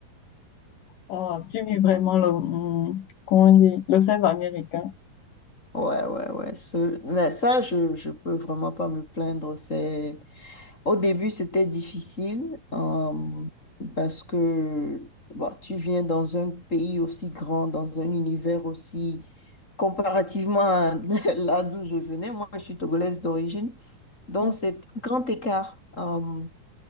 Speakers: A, on the left; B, on the left.
A: Oh, tu vis vraiment le, hum, comment on dit, le rêve américain.
B: Ouais, ouais, ouais. Ce- mais ça, je, je peux vraiment pas me plaindre. C'est... Au début, c'était difficile euh, parce que bon, tu viens dans un pays aussi grand, dans un univers aussi... Comparativement à <laughs> là d'où je venais, moi, je suis togolaise d'origine. Donc,
A: Hum,
B: c'est un grand écart. euh,